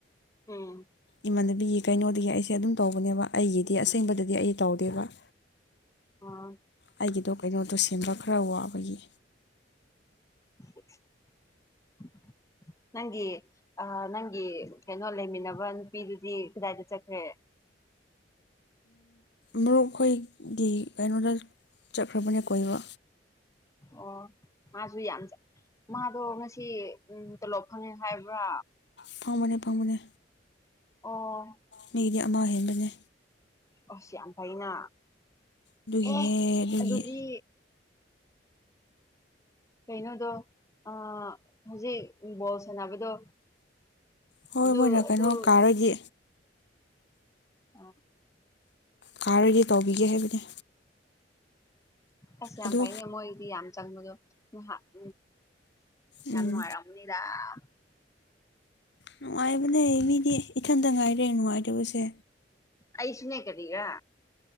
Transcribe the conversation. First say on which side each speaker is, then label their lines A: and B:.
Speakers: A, on the left; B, on the left.
A: ꯎꯝ
B: ꯏꯃꯥꯟꯅꯕꯤꯒꯤ ꯀꯩꯅꯣꯗꯒꯤ ꯑꯩꯁꯦ ꯑꯗꯨꯝ ꯇꯧꯕꯅꯦꯕ ꯑꯩꯒꯤꯗꯤ ꯑꯁꯦꯡꯕꯗꯗꯤ ꯑꯩ ꯇꯧꯗꯦꯕ
A: ꯑꯣ
B: ꯑꯩꯒꯤꯗꯣ ꯀꯩꯅꯣꯗꯣ ꯁꯦꯝꯕ ꯈꯔ ꯋꯥꯕꯒꯤ
A: <unintelligible> ꯅꯪꯒꯤ ꯑ ꯅꯪꯒꯤ ꯀꯩꯅꯣ ꯂꯩꯃꯤꯟꯅꯕ ꯅꯨꯄꯤꯗꯨꯗꯤ ꯀꯗꯥꯏꯗ ꯆꯠꯈ꯭ꯔꯦ
B: ꯃꯔꯨꯞ ꯈꯣꯏꯒꯤ ꯀꯩꯅꯣꯗ ꯆꯠꯈ꯭ꯔꯕꯅꯦ ꯀꯣꯏꯕ
A: ꯑꯣ ꯃꯥꯁꯨ ꯌꯥꯝ ꯆ ꯃꯥꯗꯣ ꯉꯁꯤ ꯇꯂꯣꯞ ꯐꯪꯉꯦ ꯍꯥꯏꯕ꯭ꯔꯥ
B: ꯐꯪꯕꯅꯦ ꯐꯪꯕꯅꯦ
A: ꯑꯣ
B: ꯃꯤꯒꯤꯗꯤ ꯑꯃ ꯍꯦꯟꯕꯅꯦ
A: ꯑꯁ ꯌꯥꯝ ꯐꯩꯅ
B: ꯑꯗꯨꯒꯤꯅꯦ
A: ꯑꯦ
B: ꯑꯗꯨꯒꯤ
A: ꯑꯗꯨꯗꯤ ꯀꯩꯅꯣꯗꯣ ꯑ ꯍꯧꯖꯤꯛ ꯕꯣꯜ ꯁꯥꯟꯅꯕꯗꯣ
B: ꯍꯣꯏ
A: ꯑꯗꯨ
B: ꯃꯣꯏꯅ
A: ꯑꯗꯨ
B: ꯀꯩꯅꯣ ꯀꯥꯔꯗꯤ
A: ꯑꯥ
B: ꯀꯥꯔꯗꯤ ꯇꯧꯕꯤꯒꯦ ꯍꯥꯏꯕꯅꯦ
A: ꯑꯁ ꯌꯥꯝ
B: ꯑꯗꯣ
A: ꯐꯩꯅꯦ ꯃꯣꯏꯗꯤ ꯌꯥꯝ ꯆꯪꯕꯗꯣ <unintelligible> ꯎꯝ ꯌꯥꯝ
B: ꯎꯝ
A: ꯅꯨꯡꯉꯥꯏꯔꯝ ꯅꯤꯗꯥꯝ
B: ꯅꯨꯡꯉꯥꯏꯕꯅꯦ ꯃꯤꯗꯤ ꯏꯊꯟꯇ ꯉꯥꯏꯔꯦ ꯅꯨꯡꯉꯥꯏꯇꯕꯁꯦ
A: ꯑꯩꯁꯨꯅꯦ ꯀꯔꯤꯔꯥ